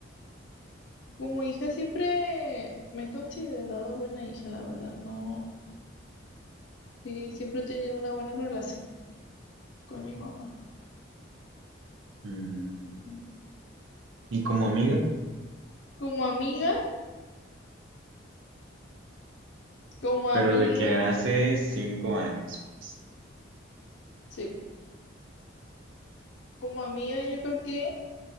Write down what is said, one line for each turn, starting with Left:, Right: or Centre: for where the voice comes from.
Left: Como hija siempre me he considerado buena hija, la verdad, no. Sí, siempre he tenido una buena relación con mi mamá.
Right: mm,
Left: Ujú.
Right: y como amiga,
Left: Como amiga, como amiga,
Right: pero de que hace cinco años. pues.
Left: sí, como amiga yo creo que